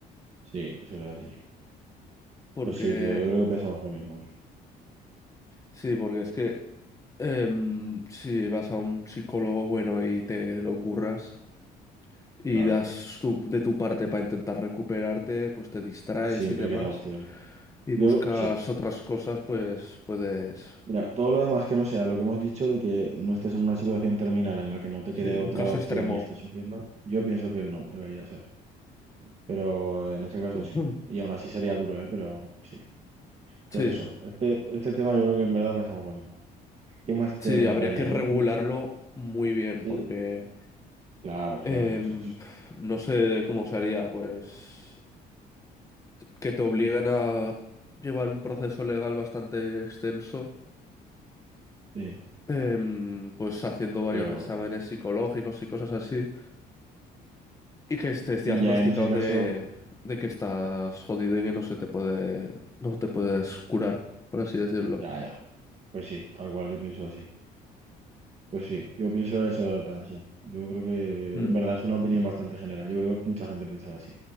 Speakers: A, on the right; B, on the left.
A: Sí, eso es así.
B: Porque,
A: Pues sí, tío, yo creo que pensamos lo mismo aquí.
B: sí, porque es que em, si vas a un psicólogo bueno y te lo curras. y
A: Claro,
B: das tu- de tu parte para intentar recuperarte, pues te distraes
A: siempre
B: y demás,
A: queda opción.
B: y
A: Yo,
B: buscas
A: sí.
B: otras cosas, pues puedes...
A: Mira, todo lo demás que no sea lo que hemos dicho de que no estés en una situación terminal en la que no te quede
B: Sí,
A: otra
B: un caso
A: opción
B: extremo.
A: y estés sufriendo, yo pienso que no, debería ser. Pero eh, en ese caso sí.
B: Mm.
A: Y aún así sería duro, ¿eh? Pero sí. Pues
B: Sí,
A: eso, este, este tema yo creo que en verdad pensamos lo mismo. ¿Qué más te
B: sí,
A: rentaría?
B: habría que regularlo
A: Yo pienso,
B: muy bien
A: sí.
B: porque
A: Claro,
B: em,
A: claro que eso es.
B: no sé cómo se haría, pues que te obliguen a llevar un proceso legal bastante extenso,
A: Sí,
B: em, pues haciendo varios
A: pero...
B: exámenes psicológicos y cosas así. Y que estés
A: Y
B: diagnosticado
A: ya en ese caso,
B: de, de que estás jodido y que no se te puede, no te puedes curar, por así decirlo.
A: ya, ya. Pues sí, tal cual, yo pienso así. Pues sí, yo pienso eso de la eutanasia. Yo creo que
B: Mm,
A: en verdad es una opinión bastante general. Yo creo que mucha gente piensa así.